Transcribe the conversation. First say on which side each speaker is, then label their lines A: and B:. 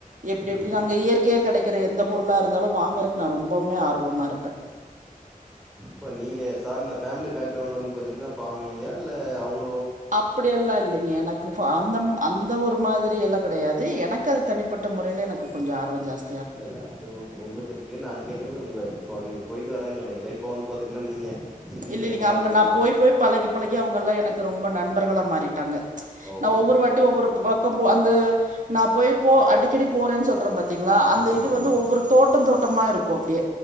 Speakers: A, on the right; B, in the centre.
A: எப்டி எப்டி
B: ம்
A: அங்க இயற்க்யே கெடைக்கிற எந்த பொருளா இருந் தாலு வாங்கறக் நா ரொம்பவுமே ஆர்வமாருப்பே
B: ப்ப நீங்க சார்ந்த ஃபேமிலி பேக்ரவுண்ட் வந்து பாத்திட்னா ஃபாமிங்கா இல்ல அவுங்
A: அப்படியெல்லா இல்லேங் எனக்கு ஃபா அந்த ம அந்த ஒரு மாதிரி எல்லா கெடயாது எனக்கு அது தனிப்பட்ட முறைல எனக்கு கொஞ்சோ ஆர்வோ ஜாஸ்
B: இல்ல இல்ல அது ஓ உங்ளுக் இருக்கு நா கேக்குற்து உங்க இப்போ நீங்க போய்ட்டு வரேன் சொல் றீங்ளே இப்போ வந்து பாதிட்னா நீங்க சிட்டில
A: இல்ல இல்லிங்க
B: மேரேஜ்
A: அவுங்க நா
B: வந்து
A: போய் போய் பழகி பழகி அவுங்கெல்லா எனக்கு ரொம்ப நண்பர்களா மாறிட்டாங்க
B: ஓகே
A: நா ஒவ்வொரு
B: ஓகே
A: வாட்டியு ஒவ்வொரு ப பக்கம் போ அந்த நா போய் போ அடிக்கடி போறேன் சொல் பாத்திங்களா அந்த
B: ஆமா
A: இது
B: ஆமா
A: வந்து ஒவ்வொரு தோட்டோ தோட்டமாருக்கு அப்டியே